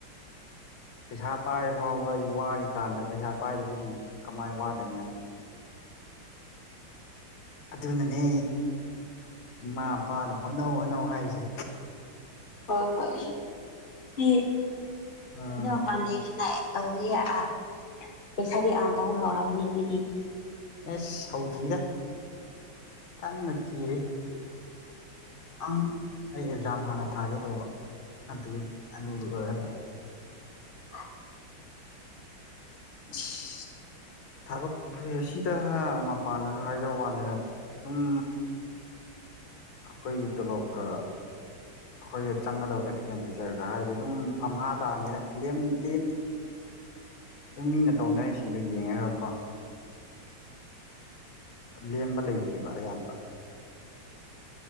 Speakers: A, on the left (about 80°); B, on the left (about 30°).
A: ꯄꯩꯁꯥ ꯄꯥꯏꯔ ꯐꯥꯎꯕ ꯋꯥꯔꯤꯀꯥꯟꯗ ꯄꯩꯁꯥ ꯄꯥꯏꯗꯕꯁꯤꯡꯁꯤ ꯀꯃꯥꯏꯅ ꯋꯥꯗꯅꯤ ꯍꯥꯏꯅꯣ ꯑꯗꯨꯅꯅꯦ ꯏꯃꯥꯄꯥꯅ ꯍꯣꯠꯅꯧ ꯍꯣꯅꯧ ꯍꯥꯏꯔꯤꯁꯦ
B: ꯍꯣꯏ ꯍꯣꯏ ꯑꯗꯨꯗꯤ
A: ꯑꯥ
B: ꯃꯄꯥꯟ ꯂꯩ ꯇꯧꯕꯗꯤ ꯑꯥ ꯄꯩꯁꯥꯗꯤ ꯑꯥꯔꯟ ꯇꯧꯕ ꯍꯧꯔꯝꯅꯤ ꯅꯣꯏꯗꯤ
A: ꯑꯦꯁ ꯁꯧꯗ꯭ꯔꯤꯗ ꯀꯟꯅ ꯊꯤꯔꯦ
B: ꯑ
A: ꯑꯦꯛꯖꯥꯝ ꯍꯥꯟꯅ ꯊꯥꯒꯦ ꯇꯧꯕ ꯑꯗꯨ ꯑꯗꯨ ꯂꯣꯏꯔꯒ
B: ꯑ
A: <unintelligible> <inaudible> ꯊꯕꯛ ꯑꯁꯤꯗ ꯃꯄꯥꯟꯗꯁꯨ ꯍꯥꯏꯖ ꯋꯥꯅꯤꯅ ꯑꯗꯨꯝ ꯑꯩꯈꯣꯏꯒꯤ ꯇꯣꯂꯣꯞꯀ ꯑꯩꯈꯣꯏ ꯆꯪꯒꯗꯕ ꯑꯦꯛꯁꯄꯦꯟꯗꯤꯆꯔꯒ ꯍꯥꯏꯔꯗꯤ ꯑꯗꯨꯝ ꯑꯥ ꯇꯥꯅꯤꯅ ꯂꯦꯝꯗꯦ ꯁꯨꯝ ꯃꯤꯅ ꯇꯧꯅꯔꯤꯁꯤꯡꯗꯨꯣ ꯌꯦꯡꯉꯒꯀꯣ ꯂꯦꯝꯕ ꯂꯩꯇꯦꯕ ꯑꯌꯥꯝꯕ